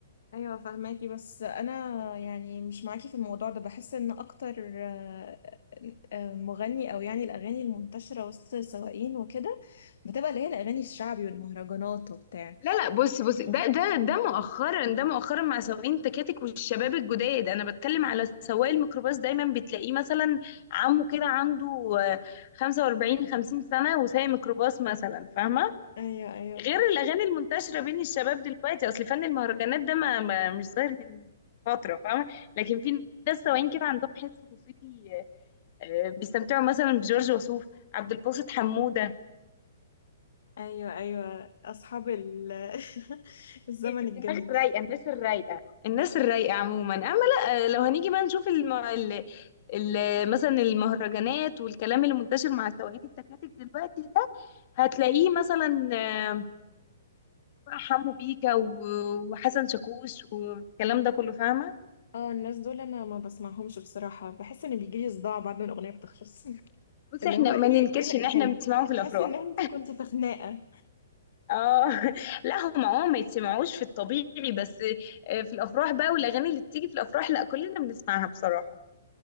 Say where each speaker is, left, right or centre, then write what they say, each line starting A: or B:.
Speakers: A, on the left; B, on the left.
A: ايوه فهماكي بس انا يعني مش معاكي في الموضوع ده بحس ان اكتر آه، آه، مغني او يعني الاغاني المنتشرة وسط السواقين وكده بتبقى اللي هي الاغاني الشعبي والمهرجانات وبتاع
B: لا لا بص بص ده ده ده مؤخرا ده مؤخرا مع سواقين التكاتك والشباب الجداد انا بتكلم على سواق الميكروباص دايما بتلاقيه مثلا عمه كده عنده آه، 45 50 سنة وسايق ميكروباص مثلا فاهمة
A: ايوه ايوه
B: غير الاغاني المنتشرة بين الشباب دلوقتي اصل فن المهرجانات ده ما, ما مش ظاهر من فترة فاهمة لكن في ناس سواقين كده عندهم حس موسيقي آه، بيستمتعوا مثلا بجورج وسوف عبد الباسط حمودة
A: ايوه ايوه اصحاب ال- <laughs> الزمن
B: الدماغ
A: الجميل
B: الرايقه الناس الرايقه الناس الرايقة عموما اما لا لو هنيجي بقى نشوف الم... ال... ال... مثلا المهرجانات والكلام اللي منتشر مع سواقين التكاتك دلوقتي ده هتلاقيه مثلا آه، حمو بيكا و- وحسن شاكوش والكلام ده كله فاهمة
A: اه الناس دول انا ما بسمعهمش بصراحة بحس ان بيجيلي صداع بعد ما الأغنية بتخلص <laughs>
B: بس
A: اللي
B: احنا
A: هو ايه
B: ما ننكرش
A: ايه لا-
B: ان احنا
A: كان
B: بنسمعهم في الافراح
A: بحس ان انتي كنتي في خناقة
B: اه <laughs> لا هم اه ما يتسمعوش في الطبيعي بس آه، في الافراح بقى والاغاني اللي بتيجي في الافراح لا كلنا بنسمعها بصراحة